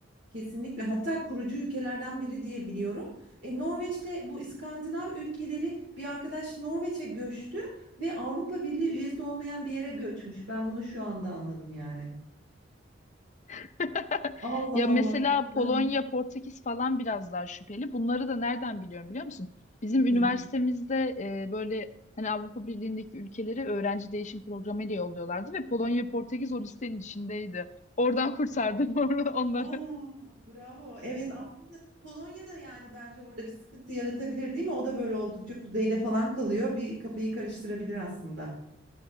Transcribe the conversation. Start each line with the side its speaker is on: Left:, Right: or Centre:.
Right: Kesinlikle. Hatta kurucu ülkelerden biri diye biliyorum. E, Norveç'te bu İskandinav ülkeleri bir arkadaş Norveç'e göçtü ve Avrupa Birliği üyesi olmayan bir yere göçmüş. Ben bunu şu anda anladım yani.
Left: <laughs>
Right: Allah
Left: Ya mesela
Right: Allah.
Left: Polonya,
Right: Ben-
Left: Portekiz falan biraz daha şüpheli. Bunları da nereden biliyorum biliyor musun? Bizim üniversitemizde
Right: Hı.
Left: e, böyle hani Avrupa Birliği'ndeki ülkeleri öğrenci değişim programı ile yolluyorlardı ve Polonya, Portekiz o listenin içindeydi. Oradan kurtardım <laughs> or- onları.
Right: Aa, bravo. Evet aslında Polonya'da yani bence orada bir sıkıntı yaratabilir değil mi? O da böyle oldukça kuzeyde falan kalıyor. Bir kafayı karıştırabilir aslında.